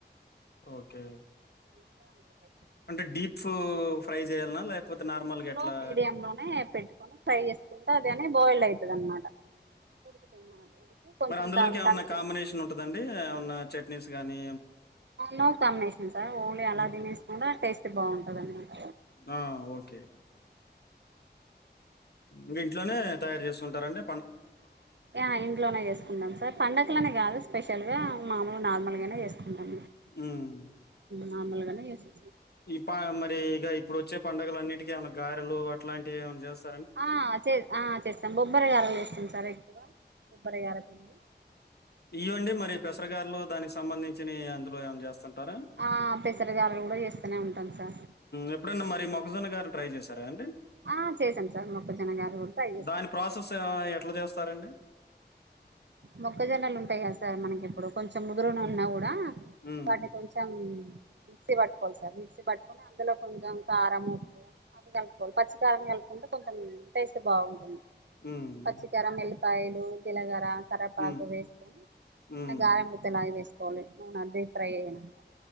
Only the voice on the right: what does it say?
అ
స్లో
మీడియ లోనే పెట్టుకొని ఫ్రై చేసుకుంటే అలానే బాయిల్ అవుతుది అనమాట ఉడుకుతుంది ఉడికి కొంచెం
దాని
మీద
నో కాంబినేషన్ సార్ ఓన్లీ అలా
తినేసినా కుడా టేస్ట్ బాగుంటది అన్నమాట
ఆ ఇంట్లోనే చేసుకుంటాం సార్ పండగలనే
కాదు స్పెషల్ గా మామూలు నార్మల్గానే చేస్త ట
మామలుగానే చేసు
ఆ చే ఆ చేస్తాం బొబ్బరి గారలు చేస్తాం సార్ ఎక్కువ బొబ్బరి గార తిండి
ఆ పెసర గారెలు కూడా చేస్తూనే ఉంటాం సార్
ఆ చేశాం సార్ మొక్కజొన్న గారు కూడా అది చేసాను
మొగక్కజొనాలు ఉంటాయి కదా సార్ మనకి ఇప్పుడు కొంచెం ముదురును ఉన్నా కూడా
వాటి కొంచెం మిక్సీ పట్కోవాలి సార్ మిక్సీ పట్టుకొని అందులో కొంచెం కారం ఉప్పు అవి కలుపువాలి పచ్చి కారం కలుపువాలి టే కొంచెం టేస్ట్ బాగుంటుంది
పచ్చికారం ఎ ల్లిపాయలు జీలకర్ర కర్రపాకు
వేసుకొని
చిన్న గారం ముద్ద లాగ వేసుకోవాలి నూనె డీప్ ఫ్రై అయినాక